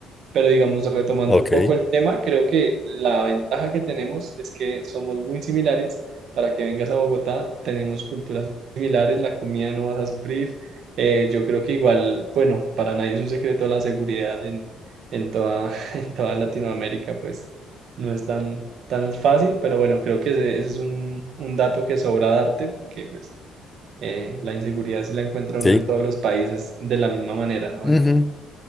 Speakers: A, on the right (about 65°); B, on the left (about 20°).
A: Pero digamos, retomando
B: ok,
A: un poco el tema, creo que la ventaja que tenemos es que somos muy similares. Para que vengas a Bogotá, tenemos culturas muy similares, la comida no vas a sufrir. Eh, yo creo que igual, bueno, para nadie es un secreto la seguridad en, en toda, <laughs> en toda Latinoamérica, pues no es tan, tan fácil, pero bueno, creo que ese, ese es un, un dato que sobra darte, porque pues eh, la inseguridad sí la encuentra
B: sí,
A: uno en todos los países de la misma manera, ¿no?
B: Ujú.
A: Entonces